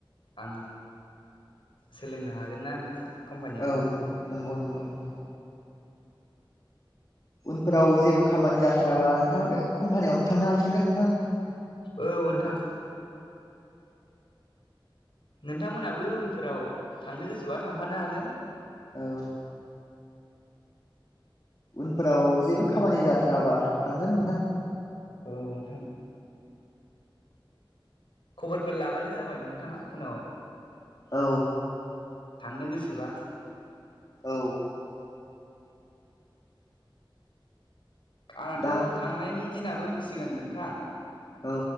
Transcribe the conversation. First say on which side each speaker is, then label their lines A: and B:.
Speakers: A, on the left; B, on the left.
A: आं सोलोंनो हागोन ना नोंथां? कम्पानियावबो
B: औ <inaudible> नंगौ नंगौ नंगौ। उनफोराव जेबो खामानि जाथाराबा नोंथाङा बे कम्फानियावनो थांनो हाफिनगोन नोंथां।
A: औ नोंथां। नोंथांमोनहाबो उनफोराव थांनो गोसोबा थांफानो हागोन।
B: औ। उनफोराव जेबो खामानि जाथाराबा थांगोन नोंथां।
A: औ नोंथां। खबरफोर लाबानो जाबाय नोंथाङा उनाव
B: औ।
A: थांनो गोसोबा।
B: औ
A: आंनाथ'
B: दा
A: थांनायनि दिनाबो फैसिगोन नोंथां।
B: औ।